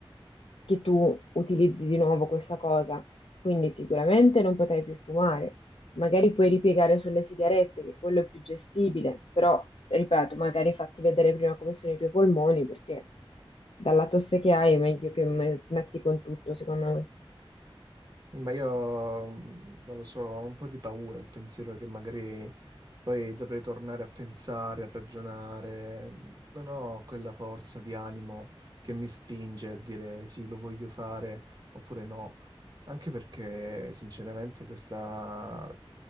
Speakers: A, on the left; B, on the right.
A: che tu utilizzi di nuovo questa cosa. Quindi sicuramente non potrai più fumare, magari puoi ripiegare sulle sigarette, che quello è più gestibile, però, ripeto, magari fatti vedere prima come sono i tuoi polmoni, perché dalla tosse che hai è meglio che me- smetti con tutto, secondo me.
B: Ma io mm, non lo so, ho un po' di paura al pensiero che magari poi dovrei tornare a pensare, a ragionare. Non ho quella forza di animo che mi spinge a dire sì, lo voglio fare oppure no. Anche perché, sinceramente, questa